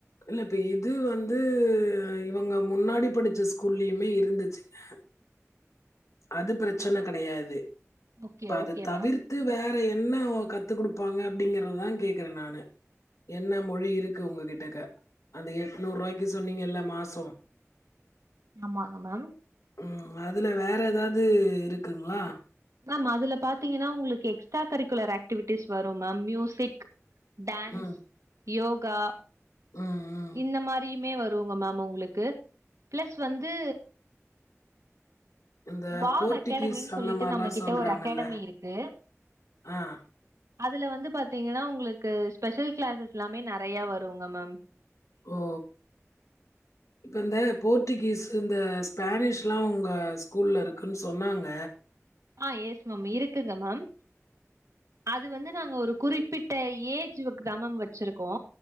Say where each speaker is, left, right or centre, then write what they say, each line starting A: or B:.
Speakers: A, on the left (about 75°); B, on the right (about 75°).
A: இல்ல இப்ப இது வந்து இவங்க முன்னாடி படிச்ச ஸ்கூல்லயுமே இருந்துச்சுங்க அது பிரச்சன
B: ஓ-
A: கெடையாது
B: ஓகே
A: இப்ப அத
B: ஓகே
A: தவிர்த்
B: மேம்
A: த்து வேற என்ன கத்து குடுப்பாங்க அப்படிங்கறதா கேக்குறே நானு என்ன மொழி இருக்கு உங்க கிட்டக்க அந்த எட்நூரூவாய்க்கு சொன்னீங்கல்ல மாசோ
B: ஆமாங்க மேம்
A: ம் அதுல வேற ஏதாது இருக்குங்ளா
B: மம் அதுல பாத்தீங்கன்னா உங்களுக்கு எக்ஸ்ட்ரா கரிக்குலர் அக்டிவிட்டிஸ் வரும் மம் மியூசிக் டன்ஸ்
A: ம்.
B: யோகா
A: ம் ம்.
B: இந்த மாரியுமே வருவுங்க மம் உங்களுக்கு ப்ளஸ் வந்து
A: இந்த
B: வாவ்
A: போர்ட்டுகீஸ்
B: அகாடமின்னு சொல்லிட்டு
A: அந்த மாரிலாம்
B: நம்ம கிட்ட
A: சொல்றாங்கல்ல.
B: ஒரு அகடமி இருக்கு
A: ஆ.
B: அதுல வந்து பாத்தீங்கன்னா உங்களுக்கு ஸ்பெஷல் கிளாஸஸ் எல்லாமே நறைய வருங்க மம்
A: ஓ இப்ப இந்த போர்டுகீஸு இந்த ஸ்பனிஷ்லா உங்க ஸ்கூல்ல இருக்குன் சொன்னாங்க
B: ஆ எஸ் மம் இருக்குங்க மம் அது வந்து நாங்க ஒரு குறிப்பிட் ட ஏஜ்வுக்குதா மேம் வெச்சிருக்கோ